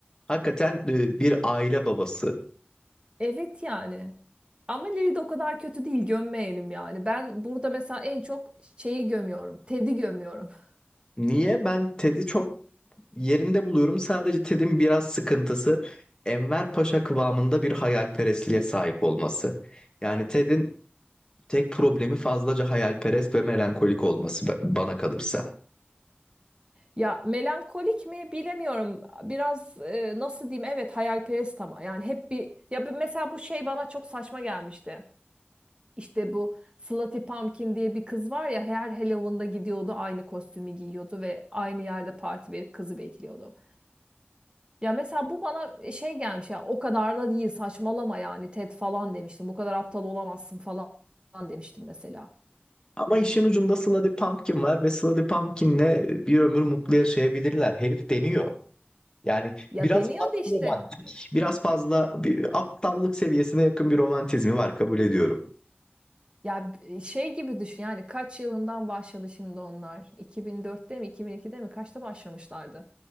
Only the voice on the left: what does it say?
Hakikaten e, bir aile babası.
Niye? Ben Ted'i çok yerinde buluyorum. Sadece Ted'in biraz sıkıntısı Enver Paşa kıvamında bir hayalperestliğe sahip olması. Yani Ted'in tek problemi fazlaca hayalperest ve melankolik olması ba- bana kalırsa.
Ama işin ucunda Sluddy Pumpkin var ve Sluddy Pumpkin'le bir ömür mutlu yaşayabilirler. Herif deniyor. Yani
biraz
fazla
romantik, biraz fazla bir aptallık seviyesine yakın bir romantizmi var kabul ediyorum.